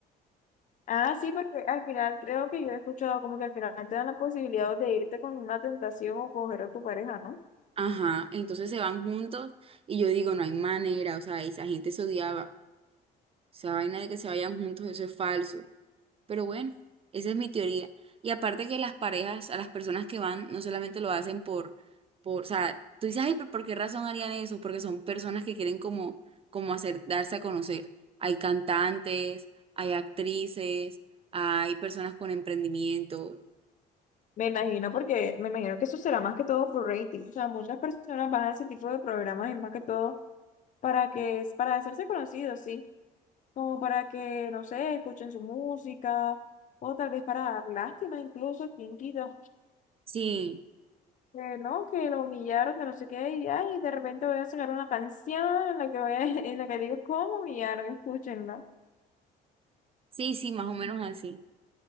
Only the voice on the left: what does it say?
Ah, sí, porque al final creo que yo he escuchado como que al final te dan la posibilidad de irte con una tentación o coger a tu pareja, ¿no?
Me imagino porque me imagino que eso será más que todo por rating. O sea, muchas personas van a ese tipo de programas es más que todo para que es para hacerse conocidos, sí, como para que, no sé, escuchen su música o tal vez para dar lástima incluso, quién quita,
que no, que lo humillaron, que no sé qué, y ay, de repente voy a sacar una canción en la que voy a, <laughs> en la que digo cómo humillaron, escúchenla.